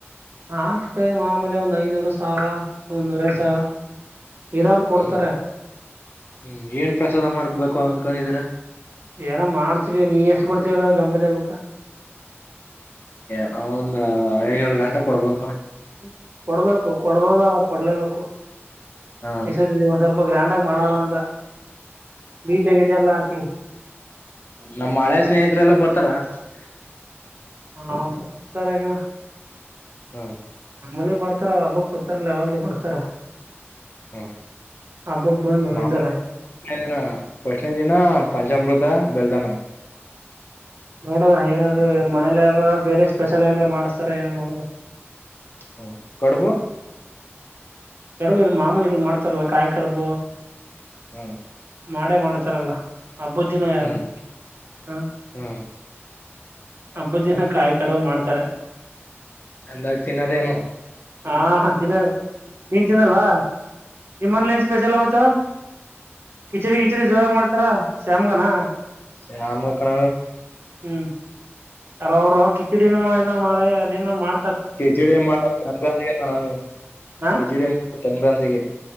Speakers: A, on the right; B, on the left.
A: ಆಗ್ತದೆ ಮಾಮೂಲಿ ಒಂದ್ ಐನೂರು ಸಾವಿರ ಒಂದ ಎರಡ್ ಸಾವಿರ ಇದರಾರರು ಕೊಡ್ತಾರ
B: ಹ್ಮ್ ಹ್ಮ್ ಏನ್ ಪ್ರಸಾದ ಮಾಡ್ಕ್ಬೇಕು ಅನ್ಕೊಂಡಿದೀರ
A: ಏನೋ ಮಾಡ್ತೀವಿ ನೀ ಎಷ್ಟು ಕೊಡ್ತೀವ ಹೇಳ ಗಣಪತಿಿಯ ಬುಕ್ಕ
B: ನ ಒಂದ ಏನೂರು ಗಂಟೆ ಕೊಡ್ಬೋದ ಕಣ
A: ಹ್ಮ ಕೊಡ್ಬೇಕು ಕೊಡ್ಬೋದಲ್ಲ ಕೊಡ್ಲೇಬೇಕು
B: ಹ
A: ಎತ್ತ ಒ ಸ್ವಲ್ಪ ಗ್ರ್ಯಾಂಡ್ಗ ಮಾಡೋಣ ಅಂತ ಬೀಜ ಗಜ ಎಲ್ಲ ಹಾಕಿ
B: ನಮ್ಮ ಹಳೆ ಸ್ನೇಹಿತರೆಲ್ಲ <inaudible>
A: ಹಾ ಬತ್ತರಗಣ
B: ಹ್ಮ
A: ನಮ್ಮಲ್ಲಿ ಬರ್ತಾರ ಅವ್ರ ಹಬ್ಬಕ್ ಬರ್ತಾರಲ್ಲ ಯಾವಾಗ್ಲೂ ಬರ್ತಾರ
B: ಹ್ಮ
A: ಹಬ್ಬಕ್ ಬಂದು
B: ಮಾಮೂಿನ
A: ಒಯ್ತಾರೆ
B: ಪ್ರಶನ ದಿನ ಪಂಚಾಮೃತ ಬೆಲ್ದಾನ
A: ನೋಡದ ಏನಾದ್ರು ಮನೇಲಿ ಯಾರ ಬೇರೆ ಸ್ಪೆಷಲ್ ಏನಾರ ಮಾಡ್ಸ್ತಾರ ಏನ ನೋಡದ
B: ಹ್ಮ ಕಡ್ಬು
A: ಎಡ ಮಾಮೂಲಿ ಮಾಡ್ ಲ್ಲ ಕಾಯ ಕಡ್ಬ
B: ಹ್ಮ್
A: ಮಾಡೇ ಮಾಡ್ತಾರಲ್ಲ ಅಬ್ಬಜಿನ ಯಾರು
B: ಹ್ಮ್
A: ಹ್ಮ
B: ಹ್ಮ್
A: ಅಬ್ಬುಜಿನ ಕಾಯಿ ಕಡು ಮಾಡ್ತಾರೆ
B: ಎಂದಾಗಿ ತಿನ್ನದೇಏನೋ
A: ಹಾ ಹ ಚಿನ ನಿಂತಿಂದಲ್ವಾ ನಿಮ್ಮನ್ಲನ್ ಸ್ಪಷಲ್ವತ್ತು ಕಿಚಡಿ ಕಿಚರಿ ಜೋರಾಗ ಮಾಡ್ತಾರಾ ಶ್ಯಾಮ್ಗನಾ
B: ಸಮಕಣ
A: ಹ್ಮ್ ಕೆಲ ಅವರು ಕಿಚಿಡಿನಮ್ಮ ಮಾಡ ಅದೇ ಮಾಡ್
B: ಕೆಿಜಡಿ ಮಾಡ ಸಂಕ್ರಾಂತಣ
A: ಹಾ
B: ಕೆಜಡಿ ಮಾಡ ಸಂಕ್ರಾಂತಿಗೆ